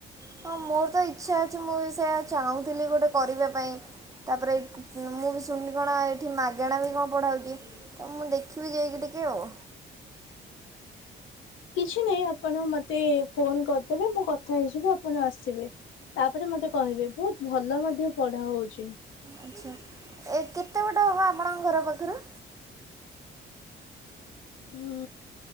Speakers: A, on the right; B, on the left.
A: ହଁ ମୋର ତ ଇଚ୍ଛା ଅଛି ମୁଁ ବି ସେଆ ଚାହୁଁଥିଲି ଗୋଟେ କରିବା ପାଇଁ। ତାପରେ ଏଇ ମୁଁ ବି ଶୁଣିଲି କଣ ଏଠି ମାଗେଣା ବି କଣ ପଢା ହଉଚି। ତ ମୁଁ ଦେଖିବି ଯାଇକି ଟିକେ ଆଉ।
B: କିଛି ନାହିଁ ଆପଣ ମତେ ଫୋନ କରିଦେବେ ମୁଁ କଥା ହେଇଯିବି ଆପଣ ଆସିବେ। ତାପରେ ମତେ କହିବେ ବହୁତ ଭଲ ମଧ୍ୟ ପଢା ହଉଚି।
A: ଆଚ୍ଛା। ଏ କେତେ ବାଟ ହବ ଆମର ଘର ପାଖର?
B: ହୁଁ